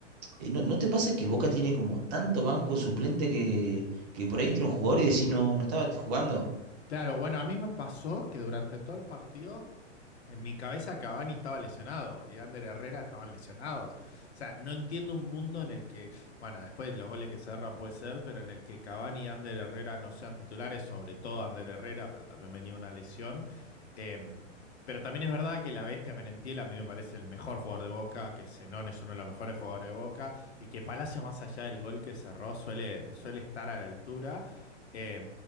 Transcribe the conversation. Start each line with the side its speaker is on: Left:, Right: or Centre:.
Right: Eh, ¿No, no te pasa que Boca tiene como tanto banco suplente que, que por ahí entra un jugador y decís no, no estaba jugando?
Left: Claro, bueno, a mí me pasó que durante todo el partido en mi cabeza Cavani estaba lesionado y Ander Herrera estaban lesionados. O sea, no entiendo un mundo en el que, bueno, después los goles que cerra puede ser, pero en el que Cavani y Ander Herrera no sean titulares, sobre todo Ander Herrera, pero también venía una lesión. Eh, pero también es verdad que la bestia Merentiel a mí me parece el mejor jugador de Boca, que Zenón es uno de los mejores jugadores de Boca y que Palacio, más allá del gol que cerró, suele, suele estar a la altura. Eh,